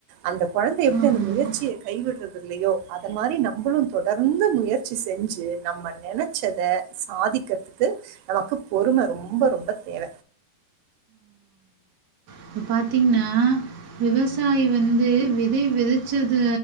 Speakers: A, on the right; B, on the right.
A: அந்த குழந்த எப்படி
B: ஆமா,
A: அந்த முயற்சிய கைவிடுறது இல்லையோ அத மாரி நம்மளு தொடர்ந்து முயற்சி செஞ்சு நம்ம நனைச்சத சாதிக்கிறதுக்கு நமக்கு பொறும ரொம்ப ரொம்ப தேவ
B: இப்போ பார்த்தீங்ன்னா விவசாயி வந்து விதை விதைச்சது